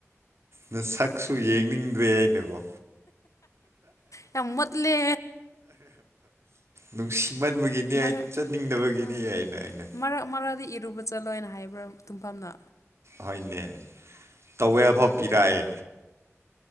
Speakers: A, on the right; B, on the left.
A: ꯅꯁꯛꯁꯨ ꯌꯦꯡꯅꯤꯡꯗ꯭ꯔꯦ ꯅꯒꯣ
B: ꯌꯥꯝ ꯃꯣꯠꯂꯦ
A: ꯅꯨꯡꯁꯤꯃꯟꯕꯒꯤꯅꯤ
B: ꯃꯔꯛ
A: ꯑꯩ ꯆꯠꯅꯤꯡꯗꯕꯒꯤꯅꯤ
B: ꯑꯥ
A: ꯑꯩꯅ ꯑꯩꯅ
B: ꯃꯔꯛ ꯃꯔꯥꯗꯤ ꯏꯔꯨꯕ__ ꯆꯠꯂꯣ ꯍꯥꯏꯅ ꯍꯥꯏꯕ꯭ꯔꯥ ꯇꯨꯡꯐꯝꯅ
A: ꯍꯣꯏꯅꯦ ꯇꯧꯋꯦꯜꯐꯥꯎ ꯄꯤꯔꯥꯛꯑꯦ